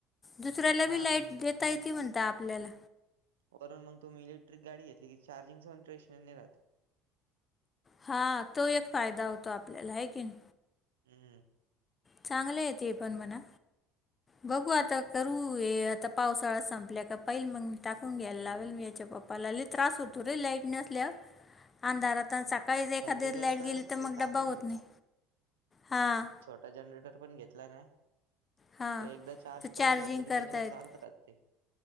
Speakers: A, on the left (about 30°); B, on the right (about 80°).
A: दुसऱ्याला
B: हा
A: बी लाईट देता य ती म्हणता आपल्याला
B: वरून मग तुम्ही इलेक्ट्रिक गाडी घेतली क चार्जिंग स पण प्रेशनने नि रात
A: हा तो एक फायदा होतो आपल्याला आहे की नी
B: हम्म
A: चांगलय ते पण म्हणा बघू आता करू ये आता पावसाळा संपल्या का पाहिल मग टाकून घ्यायला
B: हम्म
A: लागवेल मी याच्या बाप्पा पाला त्रास होतो रे लाईट नसल्यावर अंधारात प सकाळीच एखाद
B: पण ते कसं
A: लाईट गेली तर
B: ते
A: मग
B: टाकून
A: डब्बा होत नाही हां
B: आता जनरेटर पण घेतला ना
A: हां
B: ते एकदा चार्ज
A: तर
B: करून
A: चार्जिंग
B: घेतलं की
A: करतायत
B: त्याच्यावर चालत राहतय.